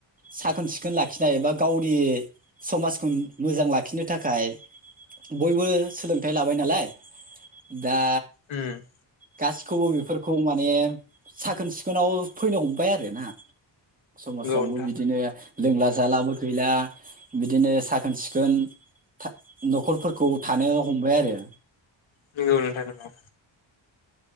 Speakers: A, on the right; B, on the left.
A: साखोन सिखोन लाखिनाय एबा गावनि समाजखौ मोजां लाखिनो थाखाय बयबो सोलोंथाइ लाबाय नालाय दा
B: ओम।
A: गासिखौबो बेफोरखौ माने साखोन सिखोनाव फैनो हमबाय आरोना। समाजावबो
B: नोंथां
A: बिदिनो लोंला जालाबो गैला बिदिनो साखोन सिखोन था न'खरफोरखौ थानो हमबाय आरो।
B: नोंगौ नोंथां नोंगौ।